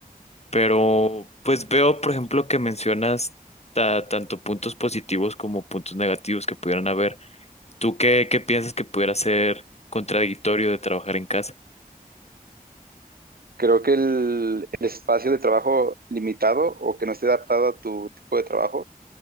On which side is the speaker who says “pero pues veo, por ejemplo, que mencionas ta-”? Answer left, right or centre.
Left